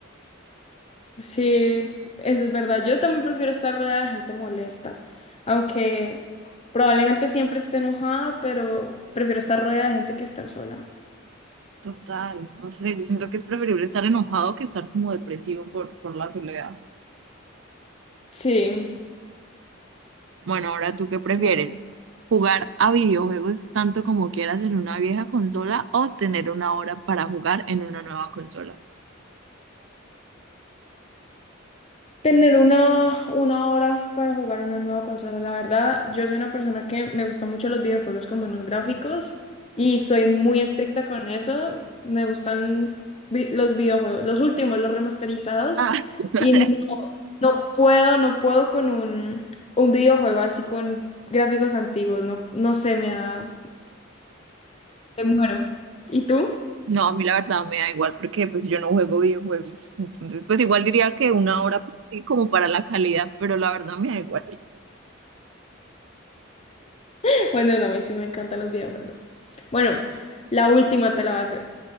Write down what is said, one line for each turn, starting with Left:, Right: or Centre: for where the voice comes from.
Left: Sí, eso es verdad. Yo también prefiero estar rodeada de gente molesta, aunque probablemente siempre esté enojada, pero prefiero estar rodeada de gente que estar sola.
Right: Total, no sé, yo siento que es preferible estar enojado que estar como depresivo por, por la soledad.
Left: Sí,
Right: Bueno, ahora tú qué prefieres,
Left: bueno.
Right: jugar a videojuegos tanto como quieras en una vieja consola o tener una hora para jugar en una nueva consola.
Left: Tener una, una hora para jugar una nueva consola, la verdad, yo soy una persona que me gusta mucho los videojuegos con buenos gráficos y soy muy estricta con eso. Me gustan vi- los videojuegos, los últimos, los remasterizados
Right: <laughs>
Left: y no, no puedo, no puedo con un, un videojuego así con gráficos antiguos, no, no sé, me da, me muero. ¿Y tú?
Right: No, a mí la verdad me da igual porque pues yo no juego videojuegos, entonces pues igual diría que una hora sí, como para la calidad, pero la verdad me da igual.
Left: <laughs> bueno, no, a mí sí me encantan los videojuegos. Bueno, la última te la va a hacer.